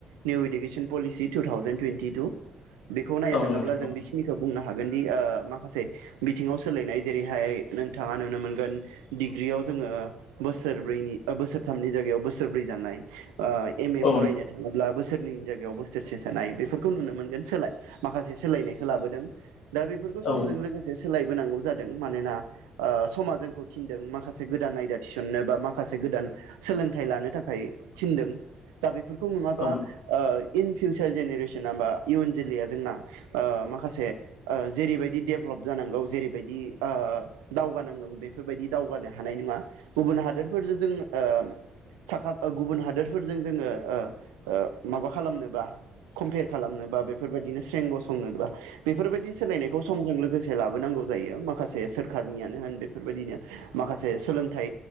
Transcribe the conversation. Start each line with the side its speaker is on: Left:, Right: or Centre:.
Right: new education policy two thousand twenty two बेखौ नायनो
Left: औ
Right: थाङोब्ला
Left: नोंथां
Right: जों
Left: औ
Right: बेखिनिखौ बुंनो हागोन दि ओ माखासे बिथिङाव सोलायनाय जेरैहाय नोंथाङा नुनो मोनगोन डिग्रियाव जों ओ बोसोरब्रैनि औ बोसोरथामनि जायगायाव बोसोरब्रै जानाय ओ एम ए
Left: औ
Right: फरायनो थाङोब्ला बोसोरनै जायगायाव बोसोरसे जानाय बेफोरखौ नुनो मोनगोन सोलाय माखासे सोलायनायखौ लाबोदों। दा बेफोरखौ
Left: औ
Right: समजों लोगोसे सोलाय बोनांगौ जादों, मानोना ओ समा जोंखौ थिनदों माखासे गोदान आयदा थिसननो बा माखासे गोदान सोलोंथाइ लानो थाखाय थिनदों दा बेफोरखौ नङाबा
Left: औ
Right: ओ इन फिउचार जेनेरेसना बा इयुन जोलैया जोंना ओ माखासे ओ जेरैबायदि देभेलप जानांगौ जेरैबादि ओ दावगानांगौ बेफोरबायदि दावगानो हानाय नङा गुबुन हादोरफोरजों जों ओ साखा गुबुन हादोरफोरजों जोङो ओ ओ माबा खालामनोबा कमपेयार खालामनोबा बेफोरबायदिनो स्रें गसंनोबा बेफोरबायदि सोलायनायखौ समजों लोगोसे ला बोनांगौ जायो माखासे सोरखारनियनो होन बेफोरबायदिनो माखासे सोलोंथाय